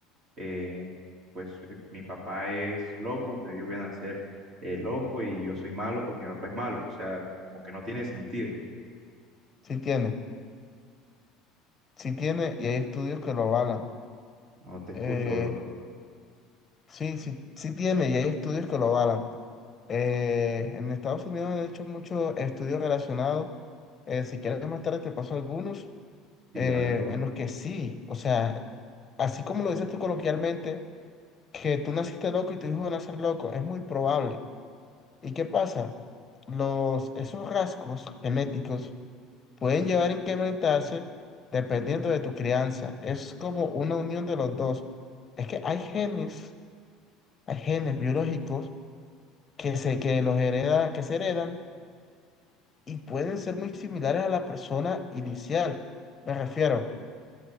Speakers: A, on the right; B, on the left.
A: eh, pues el- mi papá es loco, entonces yo voy a nacer eh, loco y yo soy malo porque mi papá es malo, o sea, como que no tiene sentido.
B: sí tiene, sí tiene y hay estudios que lo avalan.
A: No te escucho,
B: Eh,
A: bro.
B: sí, sí, sí tiene y hay estudios que lo avalan. Eh, en Estados Unidos han hecho muchos estudios relacionados. Eh, si quieres más tarde te paso algunos
A: Sí,
B: eh,
A: dale, bro.
B: en los que sí, o sea, así como lo dices tú coloquialmente, que tú naciste loco y tu hijo va a nacer loco, es muy probable. ¿Y qué pasa? Los, esos rasgos genéticos pueden llevar a incrementarse dependiendo de tu crianza. Es como una unión de los dos. Es que hay genes, hay genes biológicos que se, que los hereda, que se heredan y pueden ser muy similares a la persona inicial. Me refiero.